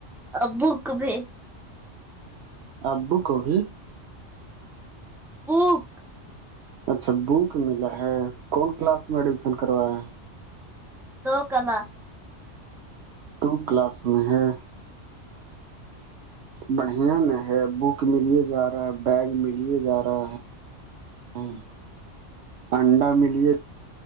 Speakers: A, in the centre; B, on the right (about 65°).
A: اور بوک بھی
B: ابو کو بھی
A: بوک
B: اچھا بک ملا ہے کون کلاس میں ایڈمیشن کروایا ہے
A: دو کلاس
B: ٹو کلاس میں ہے بڑھیا ن ہے بک ملیے جا رہا ہے بیگ ملیے جا رہا ہے ہاں انڈا ملیے